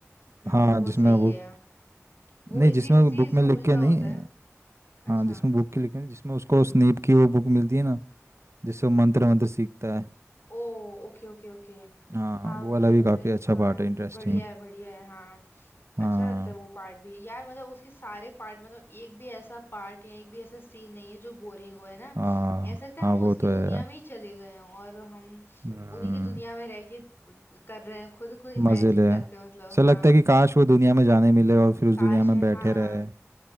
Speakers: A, on the left; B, on the right.
A: हम्म
B: हाँ
A: वो
B: जिसमें
A: सही
B: वो
A: है वो
B: नहीं
A: इसी
B: जिसमें
A: उसी
B: बुक
A: स्कूल
B: में लिख के
A: का
B: नहीं
A: होता है
B: हाँ
A: अच्छा
B: जिसमें बुक के लिखे नहीं जिसमें उसको स्नेप की वो बुक मिलती है ना जिससे वो मंत्र मंत्र सीखता है
A: ओ okay okay okay
B: हाँ
A: Half
B: वो वाला
A: Blood
B: भी काफ़ी
A: Prince
B: अच्छा
A: हाँ
B: पार्ट है इंटरेस्टिंग
A: बढ़िया है बढ़िया है हाँ
B: हाँ
A: अच्छा लगता है वो पार्ट भी यार मतलब उसके सारे पार्ट मतलब एक भी ऐसा पार्ट या एक भी ऐसा सीन नहीं है जो बोरिंग हो है ना
B: हाँ
A: ऐसा लगता है
B: हाँ
A: हम
B: वो
A: उसकी
B: तो
A: दुनिया
B: है यार
A: में ही चले गए हों और हम
B: हम्म
A: उन्हीं की दुनिया में रह के कर रहे हैं खुद को इमेजिन
B: मजे ले
A: करते हैं मतलब
B: सर लगता
A: हाँ
B: है कि काश वो दुनिया में जाने मिले और फिर उस
A: काश
B: दुनिया में
A: में
B: बैठे
A: हाँ
B: रहे